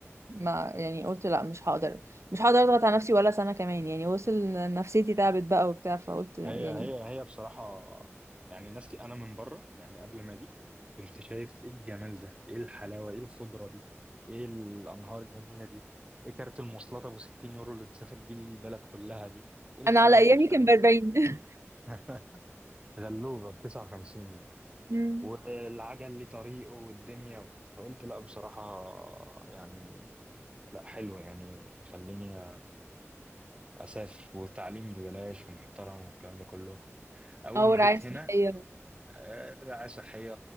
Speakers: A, on the right (about 70°); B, on the right (about 20°).
A: ما يعني قلت لا مش هقدر مش هقدر اضغط على نفسي ولا سنه كمان يعني وصل إن نفسيتي تعبت بقى وبتاع فقلت يعني
B: هي هي هي بصراحة يعني ناس كي أنا من بره يعني قبل ما أجي كنت شايف إيه الجمال ده إيه الحلاوة إيه الخضرة دي إيه الأنهار الجميلة دي إيه كارت المواصلات أبو 60 يورو اللي تسافر بيه البلد كلها دي إيه الحلاوة
A: انا على ايامي
B: دي فاهم
A: كان ب 40 <laughs>
B: <laughs> غلوبة ب 59 جنيه
A: مم.
B: والعجل ليه طريقه والدنيا فقلت لا بصراحة يعني لا حلو يعني خليني أسافر والتعليم ببلاش ومحترم والكلام ده كله أول
A: او
B: ما
A: رعايه
B: جيت
A: صحيه
B: هنا آه، رعاية صحية